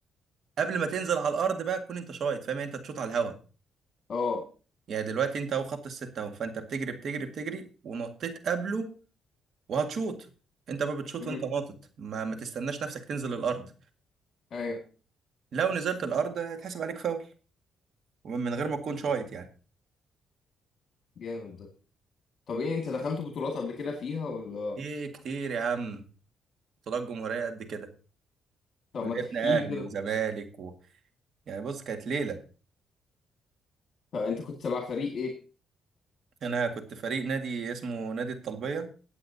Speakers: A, on the right; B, on the left.
A: قبل ما تنزل على الأرض بقى تكون انت شايط فاهم يعني انت تشوط على الهوا
B: اه
A: يعني دلوقتي انت اهو خط الستة اهو فانت بتجري بتجري بتجري ونطيت قبله وهتشوط انت بقى بتشوط
B: امم
A: وانت ناطط ما, ما تستناش نفسك تنزل الأرض
B: ايوه
A: لو نزلت الارض هيتحسب عليك فاول ومن غير ما تكون شايط
B: جامد
A: يعني
B: جامد ده طب ايه انت دخلت بطولات قبل كده فيها ولا
A: ايه كتير يا عم بطولات جمهوريه قد كده
B: طب
A: ولعبنا
B: ما تحكي لي
A: اهلي
B: كده
A: وزمالك و... يعني بص كانت ليله
B: فانت كنت تبع فريق ايه
A: انا كنت فريق نادي اسمه نادي الطلبيه